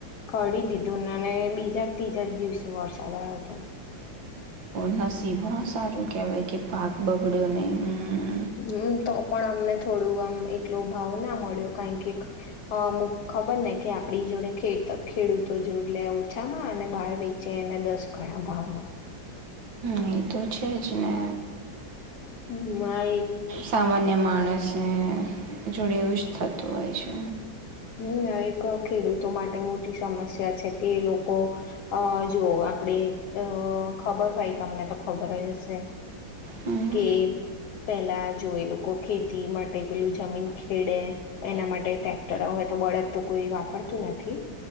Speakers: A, on the left; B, on the right.
A: કરીડી દીધું અને બીજા ત્રીજા દિવસે વરસાદ હતો.
B: નસીબમાં સારું કહેવાય કે પાક બગડ્યો નહીમ.
A: હમ તો પણ અમને થોડું આમ એટલો ભાવ ના મળ્યો કારણ કે અમુક ખબર ને કે આપડી જોડે ખે ખેડૂતો જોડ લે ઓછામાં અને બહાર વેચે એને દસ ગણા ભાવમાં.
B: મા તો છે જને
A: હ માઈ
B: સામાન્ય માણસ ને. જોડે એવું જ થતું હોય છે.
A: હમ એક ખેડૂતો માટે મોટી સમસ્યા છે કે લોકો અ જો આપડે ખબર હોય તમને તો ખબર જ હશે
B: હમ.
A: કે પેલા જો એ લોકો ખેતી માટે પેલું જમીન ખેડે એના માટે હોય તો બળદ તો કોઈ વાપરતું નથી